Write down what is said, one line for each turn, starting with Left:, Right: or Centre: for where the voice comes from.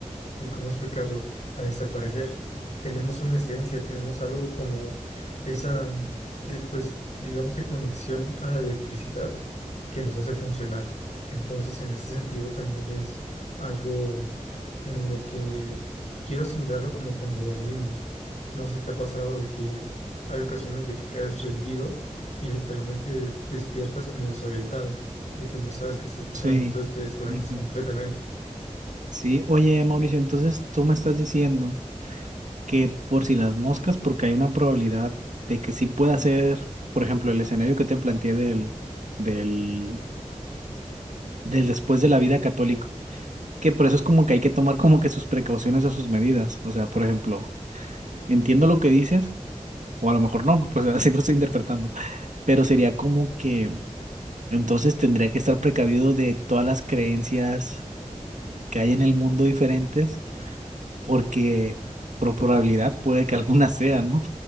Left: eh, ¿cómo explicarlo? A desaparecer. Tenemos una esencia, tenemos algo como esa, eh, pues, digamos que conexión a la electricidad que nos hace funcionar. Entonces, en ese sentido también es algo en lo que quiero asimilarlo como cuando dormimos. No sé si te ha pasado de que hay ocasiones de que quedas rendido y literalmente des- despiertas como desorientado, de que no sabes qué estás pasando,
Right: Sí.
Left: entonces te desconectas
Right: ujú.
Left: completamente.
Right: Sí, oye Mauricio, entonces tú me estás diciendo que por si las moscas, porque hay una probabilidad de que sí pueda ser, por ejemplo, el escenario que te planteé del, del, del después de la vida católico, que por eso es como que hay que tomar como que sus precauciones o sus medidas. O sea, por ejemplo, entiendo lo que dices, o a lo mejor no, pues <laughs> así lo estoy interpretando pero sería como que entonces tendría que estar precavido de todas las creencias que hay en el mundo diferentes, porque por probabilidad puede que alguna sea, ¿no?